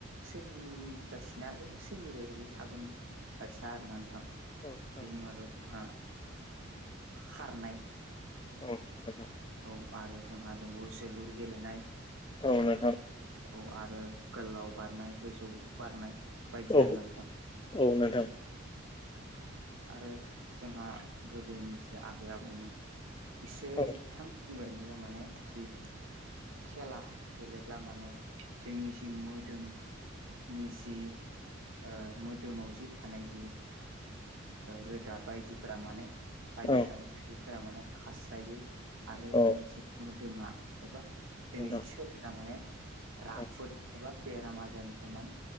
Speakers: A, on the right; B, on the left.
A: सोलिगासिनो आरो सोलिबायबो थागोन बायसा आरोना नोंथां
B: नोंथां
A: बेनि मादाव जोंहा खारनाय
B: औ <unintelligible>
A: औ आरो जोंहा दंबावो जोलुर गेलेनाय
B: औ नोंथां
A: औ आरो गोलाव बारनाय गोजौ बारनाय बायदि
B: औ
A: आरो नोंथां
B: औ नोंथां
A: आरो जोंहा गोदोनि जिे आबै आबौमोन बिसोर
B: औ
A: बिथां बेबायदिनो माने सि खेला गेलेब्ला माने जोंनि जि मोदोम नि जि ओ मोदोमाव जि थानाय जि रोदा बायदिफोरा माने बायद'
B: औ
A: थानाय खुख्रिफोरा माने खास्रायै आरो
B: औ
A: जोंनि जि मोदोमा एबा जोंनि
B: नोंथां
A: जि सोलाया माने राफोद
B: औ
A: एबा बेराम आजारनिफ्राय माने